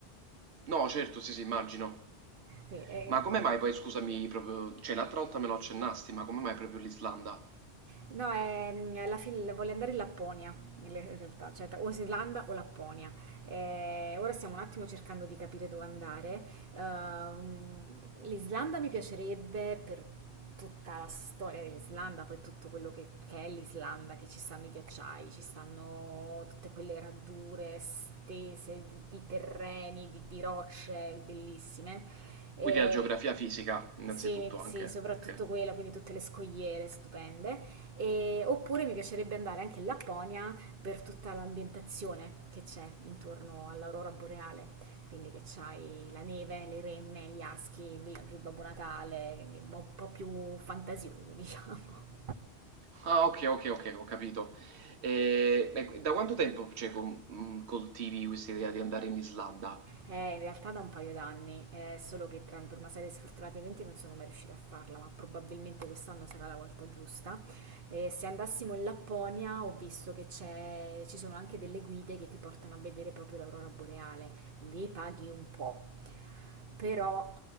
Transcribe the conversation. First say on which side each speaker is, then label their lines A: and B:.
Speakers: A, on the right (about 75°); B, on the right (about 55°).
A: No, certo, sì, sì, immagino.
B: Sì, e
A: Ma come mai poi, scusami, proprio, cioè l'altra volta me lo accennasti, ma come mai proprio l'Islanda?
B: No, è, mm, alla fine voglio andare in Lapponia, in le- in realtà, cioè tra- o Islanda o Lapponia. Eh, ora stiamo un attimo cercando di capire dove andare. Ehm, L'Islanda mi piacerebbe per tutta la storia dell'Islanda, poi tutto quello che, che è l'Islanda, che ci stanno i ghiacciai, ci stanno tutte quelle radure stese di, di terreni, di, di rocce bellissime. E
A: Quindi la geografia fisica, innanzitutto
B: sì, sì,
A: anche,
B: soprattutto
A: ok.
B: quella, quindi tutte le scogliere stupende. E- oppure mi piacerebbe andare anche in Lapponia per tutta l'ambientazione che c'è intorno all'aurora boreale. Quindi che c'hai la neve, le renne, gli aschi, il villaggio di Babbo Natale, quindi un po' un po' più fantasioso, <laughs> diciamo.
A: Ah, ok, ok, ok, ho capito. E, e da quanto tempo, cioè, con- mm, coltivi questa idea di andare in Islanda?
B: Eh, in realtà da un paio d'anni, eh, solo che tra- per una serie di sfortunati eventi non sono mai riuscita a farla, ma probabilmente quest'anno sarà la volta giusta. Eh, se andassimo in Lapponia ho visto che c'è- ci sono anche delle guide che ti portano a vedere proprio l'aurora boreale, lì paghi un po', però